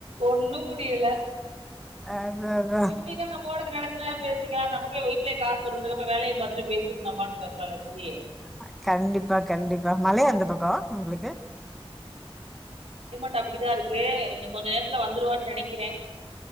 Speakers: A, on the right (about 85°); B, in the centre.
A: ஒண்ணு முடியல
B: அதா அதா
A: இப்பிடிதா நம்மோடத நெனைச் ச நேர பேசிக்கலா நமக்கே வீட்ல காசு வரு அதுக்கப்ற வேலையு பாத்துட்டு பேசிட்டு நம்ம பாட்டுக்கு இருக்கலால ஜி
B: <unintelligible> கண்டிப்பா கண்டிப்பா மழையா
A: ஆ
B: அந்த பக்க உங்ளுக்கு
A: இப்ப அப்பிடிதா இருக்கு இனி கொஞ்ச நேரத்துல வந்துருவான் நெனைக்கிறே